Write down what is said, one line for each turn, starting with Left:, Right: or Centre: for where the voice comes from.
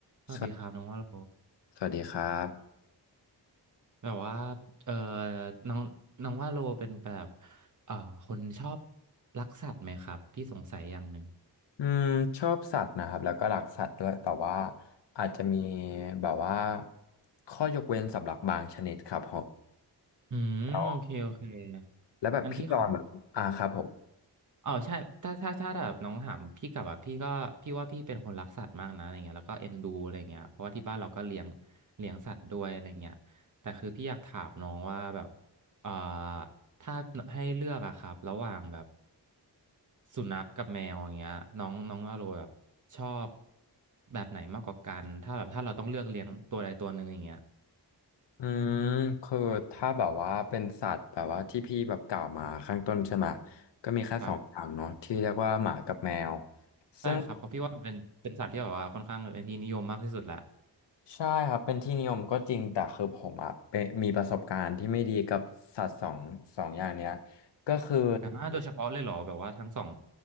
Right: สวัสดีครับน้องว่าโล
Left: สวัสสวัสดีครับ
Right: แบบว่าเออน้องน้องว่าโลเป็นแบบเอ่อคนชอบรักสัตว์ไหมครับพี่สงสัยอย่างหนึ่ง
Left: อืมชอบสัตว์นะครับแล้วก็รักสัตว์ด้วยแต่ว่าอาจจะมีแบบว่าข้อยกเว้นสำหรับบางชนิดครับผม
Right: อืมโอเคโอเค
Left: อ๋อแล้วแบบพี่จอนแบบอ่าครับผม
Right: งั้นพี่ขอ อ๋อใช่ถ้าถ้าถ้าแบบน้องถามพี่กลับอ่ะพี่ก็พี่ว่าพี่เป็นคนรักสัตว์มากนะอะไรเงี้ยแล้วก็เอ็นดูอะไรเงี้ยเพราะว่าที่บ้านเราก็เลี้ยงเลี้ยงสัตว์ด้วยอะไรเงี้ยแต่คือพี่อยากถามน้องว่าแบบเอ่อถ้าให้เลือกอะครับระหว่างแบบสุนัขกับแมวอย่างเงี้ยน้องน้องอโรแบบชอบแบบไหนมากกว่ากันถ้าแบบถ้าเราต้องเลือกเลี้ยงตัวใดตัวหนึ่งอย่างเงี้ย
Left: อืมคือถ้าแบบว่าเป็นสัตว์แบบว่าที่พี่แบบกล่าวมาข้างต้นใช่ไหมก็มีแค่สองอย่างเนาะที่เรียกว่าหมากับแมว
Right: ครับใช่ครับเพราะพี่ว่ามันเป็นเป็นสัตว์ที่แบบว่าค่อนข้างเป็นที่นิยมมากที่สุดแหละ
Left: ซึ่งใช่ครับเป็นที่นิยมก็จริงแต่คือผมอ่ะเป็นมีประสบการณ์ที่ไม่ดีกับสัตว์สองสองอย่างเนี้ยก็คือ
Right: อ่าโดยเฉพาะเลยเหรอแบบว่าทั้งสอง